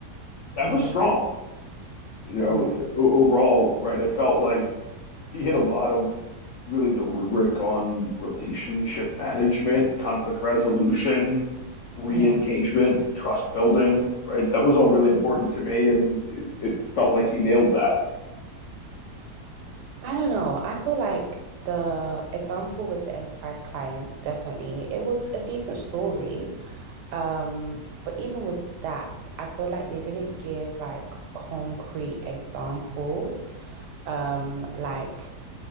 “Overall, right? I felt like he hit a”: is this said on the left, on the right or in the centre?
Left